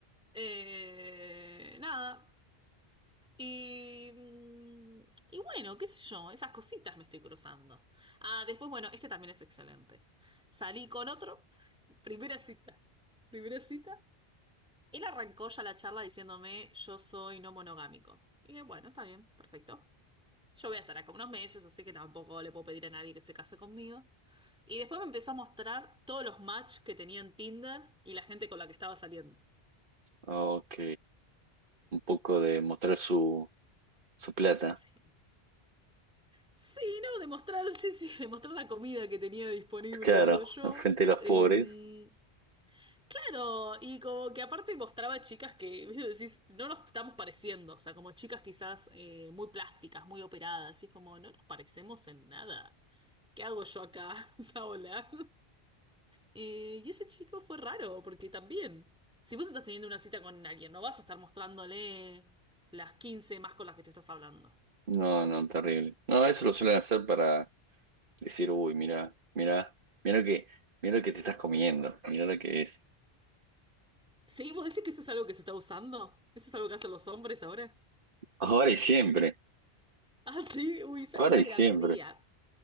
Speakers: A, in the centre; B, on the right.
A: Eh, nada. Y, mm, y bueno, qué sé yo, esas cositas me estoy cruzando. Ah, después, bueno, este también es excelente. Salí con otro, primera cita. Primera cita. Él arrancó ya la charla diciéndome, yo soy no monogámico. Y dije, bueno, está bien, perfecto. Yo voy a estar acá unos meses, así que tampoco le puedo pedir a nadie que se case conmigo. Y después me empezó a mostrar todos los match que tenía en Tinder y la gente con la que estaba saliendo.
B: Ok, un poco de mostrar su, su plata.
A: Sí. Sí, no, demostrar, <laughs> sí, sí, demostrar la comida que tenía disponible,
B: Claro,
A: digo
B: <laughs>
A: yo.
B: frente a los
A: Em,
B: pobres.
A: Claro, y como que aparte mostraba chicas que, ¿viste? decís, no nos estamos pareciendo, o sea, como chicas quizás eh, muy plásticas, muy operadas, y es como, no nos parecemos en nada. ¿Qué hago yo acá? <laughs> O sea, hola. Eh, y ese chico fue raro, porque también, si vos estás teniendo una cita con alguien, no vas a estar mostrándole las 15 más con las que te estás hablando.
B: No, no, terrible. No, eso lo suelen hacer para decir, uy, mira, mira, mira lo que, mira lo que te estás comiendo, mira lo que es.
A: Sí, vos decís que eso es algo que se está usando, eso es algo que hacen los hombres ahora.
B: Ahora y siempre,
A: Ah, sí, uy, esa,
B: ahora
A: esa
B: y
A: me
B: siempre,
A: la perdía.